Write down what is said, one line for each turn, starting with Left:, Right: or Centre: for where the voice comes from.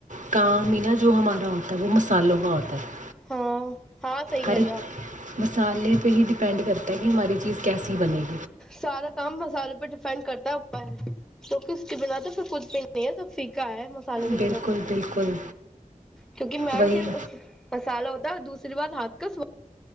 Right: کا مین جو ہمارا ہوتا ہے وہ مسالوں کا ہوتا ہے
Centre: ہاں ہاں صحی کہہ
Right: ہر
Centre: رہے
Right: ایک
Centre: ہو آپ
Right: مصالحے پہ ہی ڈپینڈ کرتا ہے کہ ہماری چیز کیسی بنے گی
Centre: سارا کام مسالے پر ڈیپینڈ کرتا ہے اوپر کیکہ اس کے بنا تو پ کود بھی نہیں ہے سب پھکا ہے مسالے کے
Right: بالکل
Centre: بغیر تو
Right: بالکل
Centre: کیونکہ مین
Right: وہی
Centre: چیز مسالہ ہوتا دوسری بار ہاتھ کا سو